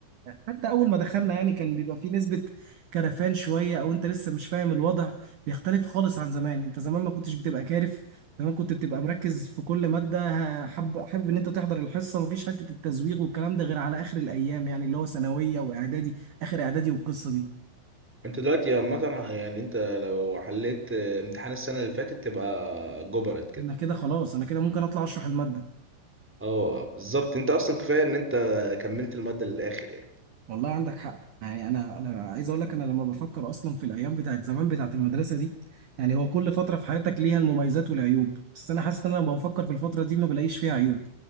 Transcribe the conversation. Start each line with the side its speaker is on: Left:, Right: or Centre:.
Right: حتى اول ما دخلنا يعني كان بيبقى في نسبه كرفان شويه او انت لسه مش فاهم الوضع بيختلف خالص عن زمان انت زمان ما كنتش بتبقى كارف زمان كنت بتبقى مركز في كل مادة ه- حب حابب ان انت تحضر الحصة مفيش حتة التزويغ والكلام ده غير على اخر الايام يعني اللي هو ثانوية واعدادي اخر اعدادي والقصة دي
Centre: انت دلوقتي عامه يعني انت لو حليت آه، امتحان السنه اللي فاتت تبقى جبرت كده
Right: انا كده خلاص انا كده ممكن اطلع اشرح المادة
Centre: اه بالظبط انت اصلا كفايه ان انت كملت الماده للاخر يعني
Right: والله عندك حق يعني انا انا عايز اقول لك انا لما بفكر اصلا في الايام بتاعت زمان بتاعت المدرسه دي يعني هو كل فتره في حياتك ليها المميزات والعيوب بس انا حاسس ان انا لما بفكر في الفتره دي ما بلاقيش فيها عيوب